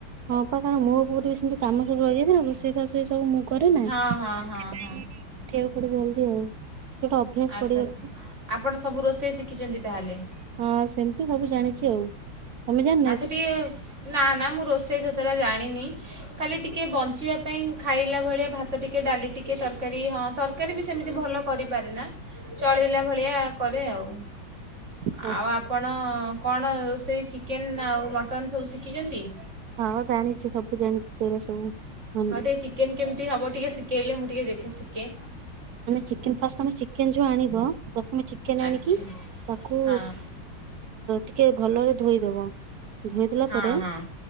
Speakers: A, on the right; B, on the right.
A: ହଁ ବା କାରଣ ମୁୋଉଠି ବି ସେମତି କାମ ସବୁ ରହିଯାଇଏଥିଲା ମିଶେଇ ଫା ସେଇ ସବୁ ମୁ କରେ
B: ହଁ
A: ନା ସେଥିପାଇଉଠିବାକୁ
B: ହଁ ହଁ ହଁ
A: ପଡେ ଜଲଦି ଆଉ। ଗୋଟେ ଅଭ୍ୟାସ
B: ଆଚ୍ଛାଛ
A: ପଡିଗଲା
B: ଆପଣ ସବୁ ରୋଷେଇ ଶିଖିଛନ୍ତି ତାହେଲେ?
A: ହଁ ସେମିତି ସବୁ ଜାଣିଚି ଆଉ। ତମେ ଜାଣିନା
B: ଆଚ୍ଛା ଟିକିେ ନା ନା ମୁଁ ରୋଷେଇ ସେତେଟ୍ଟା ଜାଣିନି। ଖାଲି ଟିକେ ବଞ୍ଚିବା ପାଇଁ ଖାଇଲା ଭଳିଆ ଭାତ ଟିକିେ ଡାଲି ଟିକେ ତରକାରୀ ହଅ ତରକାରୀ ବି ସେମିତି ଭଲ କରିପାରେ ନା ଚଳିଲା ଭଳିଆ କରେ ଆଉ।
A: କି?
B: ଆଉ ଆପଣ କଣ ରୋଷେଇ ଚିକେନ ନା ଆଉ ମଟନ ସବୁ ଶିଖିଛନ୍ତି?
A: ହଁ ଜାଣିଛି ସବୁ ଜାଣିଛି ସେ ଉରା ସବୁ। ମାନେ
B: ହଁ ଟିକେ ଚିକେନ କେମିତି ହବ ଟିକେ ଶିଖେଇଲେ ମୁଁ ଟିକେ ଦେଖେ ଶିଖେ।
A: ମାନେ ଚିକେନ୍‌ ଫାଷ୍ଟ ଆମେ ଚିକେନ ଯୋଉ ଆଣିବ ପ୍ରଥମେ ଚିକେନ
B: ଆଚ୍ଛା
A: ଆଣିକି ତାକୁ
B: ହଁ
A: ଟିକେ ଭଲରେ ଧୋଇଦବ। ଧୋଇଦେଲା
B: ହଁ
A: ପରେ
B: ହଁ